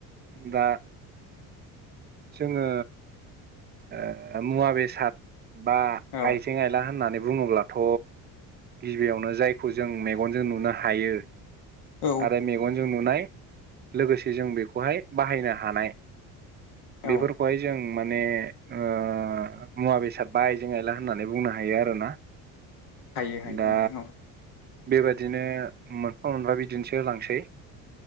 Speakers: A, on the right; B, on the left.
A: दा जोङो ओ मुवा बेसाद बा
B: औ
A: आइजें आइला होननानै बुङोब्लाथ गिबियावनो जायखौ जों मेगनजों नुनो हायो।
B: औ
A: आरो मेगनजों नुनाय लोगोसे जों बेखौहाय बाहायनो हानाय। बेफोरखौहाय
B: औ
A: जों माने ओ मुवा बेसाद बा आइजें आयला होननानै बुंनो हायो आरोना।
B: हायो हायो
A: दा
B: नोंथां औ।
A: बेबादिनो मोनफा मोनफा बिदिन्थि होलांसै।